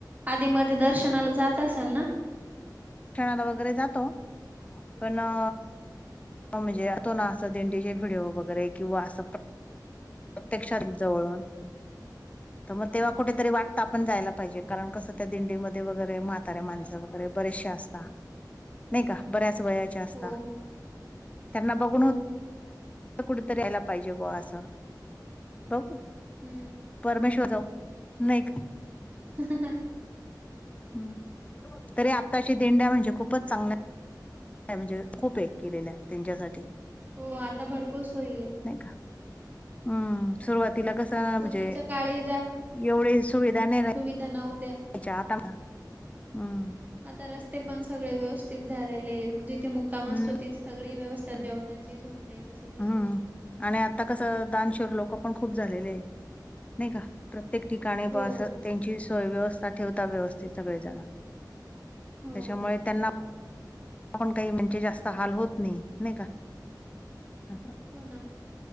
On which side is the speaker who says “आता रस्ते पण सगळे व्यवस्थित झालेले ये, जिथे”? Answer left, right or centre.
Right